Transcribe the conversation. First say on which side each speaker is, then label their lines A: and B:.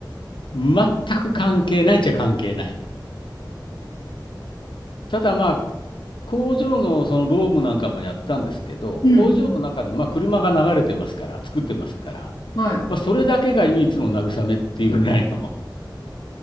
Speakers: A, on the left; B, on the left.
A: 全く関係ないっちゃ関係ない。ただまあ、工場のその労務なんかもやったんですけど、
B: うん
A: 工場の中にまあ車が流れてますから、作ってますから、
B: うん。はい。
A: まあ、それだけが唯一の慰めっていうぐらいの、